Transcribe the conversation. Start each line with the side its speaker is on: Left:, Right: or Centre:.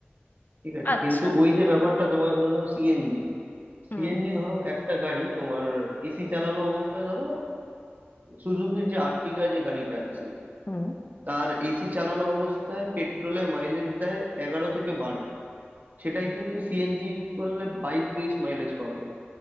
Right: ঠিক আছে
Left: আচ্ছা
Right: কিন্তু ওই যে ব্যাপারটা তোমায় বললাম সিএনজি
Left: হুম
Right: সিএনজি ধরো একটা গাড়ি তোমার এসি চালানো অবস্থায় ধরো সুজুকির যে আর্টিগা যে গাড়িটা আছে
Left: হুম
Right: তার এসি চালানো অবস্থায় পেট্রোলে মাইলেজ দেয় এগারো থেকে বারো সেটাই কিন্তু সিএনজি ইউজ করলে বাইশ তেইশ মাইলেজ পাওয়া যায়